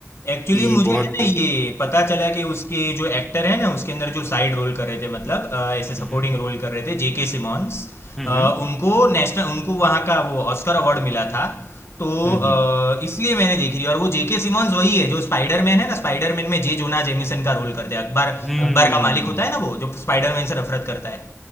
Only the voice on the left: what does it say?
एक्चुअली
मुझे
है ना ये पता चला कि उसके जो एक्टर है ना उसके अंदर जो साइड रोल कर रहे थे मतलब अ, ऐसे सपोर्टिंग
रोल कर रहे थे जेके सिमॉन्स
अ, उनको नेशनल उनको वहाँ का वो ऑस्कर अवार्ड मिला था तो
अ,
इसलिए मैंने देखी थी और वो जेके सिमॉन्स वही है जो स्पाइडरमैन है ना स्पाइडरमैन में जे जोना जेमिसन का रोल करते हैं अकबर
अकबर का मालिक होता है ना वो जो स्पाइडरमैन से नफरत करता है